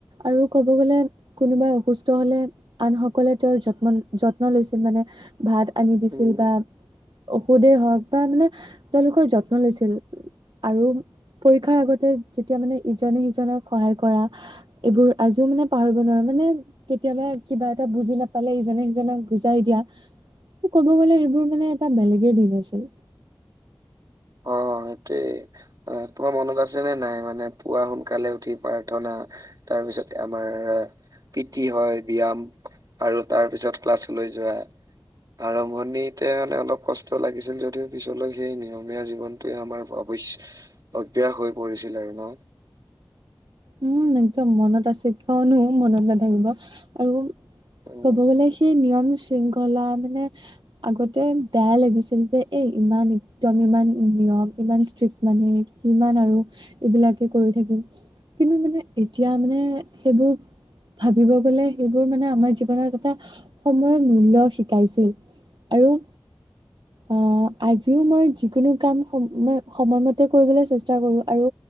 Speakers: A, on the right (about 70°); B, on the right (about 50°).
A: আৰু ক'ব গ'লে কোনোবাই অসুস্থ হলে আন সকলে তেওঁৰ যত্ন যত্ন লৈছিল মানে ভাত আনি দিছিল
B: উম
A: বা ঔষুধেই হওক বা মানে তেওঁলোকৰ যত্ন লৈছিল আৰু পৰীক্ষাৰ আগতে যেতিয়া মানে ইজনে সিজনক সহায় কৰা এইবোৰ আজিও মানে পাহৰিব নোৱাৰো মানে কেতিয়াবা কিবা এটা বুজি নাপালে ইজনে সিজনক বুজাই দিয়া ত ক'ব গ'লে সেইবোৰ মানে এটা বেলেগে দিন আছিল
B: অ সেইটোৱেই হয় তোমাৰ মনত আছে নে নাই মানে পুৱা সোনকালে উঠি প্ৰাৰ্থনা তাৰপিছত আমাৰ পিটি হয় ব্যয়ায়াম আৰু তাৰ পিছত ক্লাছলৈ যোৱা আৰম্ভণিতে মানে অলপ কষ্ট লাগিছিল যদিও পিছলৈ সেইয় নিয়ম ধীয়া জীৱনটোৱে আমাৰ অৱশ্যে অভ্য়াস হৈ পৰিছিল ন
A: উম একদম মনত আছে কিয়নো মনত নাথাকিব আৰু
B: উম
A: ক'ব গ'লে সেই নিয়ম শৃংখলা মানে আগতে বেয়া লাগিছিল যে এ ইমান এক্দম ইমান নিয়ম ইমান ষ্ট্ৰিক্ট মানে সমান আৰু এইবিলাকে কৰি থাকিম কিন্তু মানে এতিয়া মানে সেইবোৰ ভাবিব গ'লে সেইবোৰ মানে আমাৰ জীৱনত এটা সময়ৰ মূল্য শিকাইছিল আৰু
B: <unintelligible>
A: অ আজিও মই যিকোনো কাম ম সময়মতে কৰিবলৈ চেষ্টা কৰো আৰু